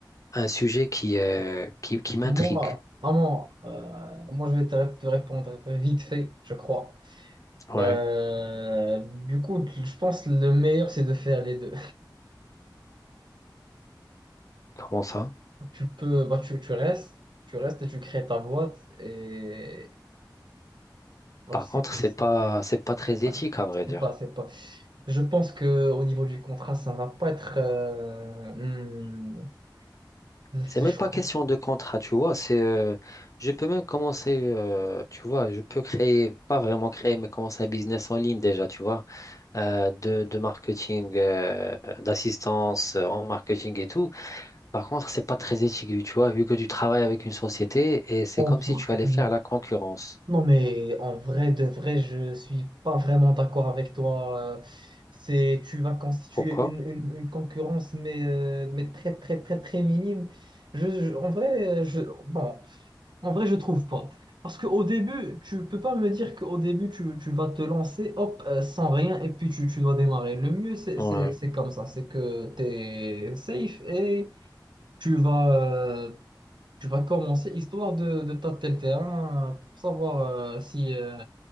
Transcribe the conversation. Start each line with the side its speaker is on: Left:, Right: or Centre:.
Left: un sujet qui, euh, qui, qui m'intrigue.
Right: Moi, vraiment, euh, moi, je vais te, ré- te répondre vite fait, je crois.
Left: Ouais.
Right: Euh, du coup, je pense que le meilleur, c'est de faire les deux.
Left: Comment ça?
Right: tu peux, bah, tu, tu restes, tu restes et tu crées ta boîte et bah,
Left: Par
Right: tu sais
Left: contre,
Right: pas,
Left: c'est
Right: c'est
Left: pas, c'est pas très
Right: ouais,
Left: éthique, à vrai dire.
Right: c'est pas, c'est pas. Je pense que au niveau du contrat, ça va pas être, euh, hmm, je
Left: C'est même pas
Right: crois.
Left: question de contrat, tu vois. C'est, euh, je peux même commencer, euh, tu vois, je peux créer, pas vraiment créer, mais commencer un business en ligne déjà, tu vois, euh, de, de marketing, euh, d'assistance euh, en marketing et tout. Par contre, c'est pas très éthique, tu vois, vu que tu travailles avec une société et c'est
Right: En
Left: comme
Right: vrai-
Left: si tu allais
Right: hmm.
Left: faire la concurrence.
Right: Non, mais en vrai, de vrai, je suis pas vraiment d'accord avec toi. Euh, C'est, tu vas constituer
Left: Pourquoi?
Right: une, une, une concurrence, mais, euh, mais très, très, très, très minime. Je, je- en vrai, je, bon, En vrai, je trouve pas. Parce qu'au début, tu peux pas me dire qu'au début, tu, tu vas te lancer, hop, euh, sans rien, et puis tu, tu dois démarrer. Le mieux, c'est
Left: Ouais.
Right: c'est- c'est comme ça. C'est que tu es safe et tu vas, euh, tu vas commencer, histoire de, de tâter le terrain, euh, pour savoir euh, si, euh,